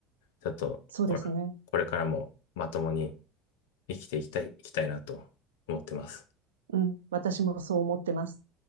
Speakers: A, on the left; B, on the right.
A: ちょっと、
B: そうですね。
A: これ、これからもまともに生きていきたい、いきたいなと思ってます。
B: うん。私もそう思ってます。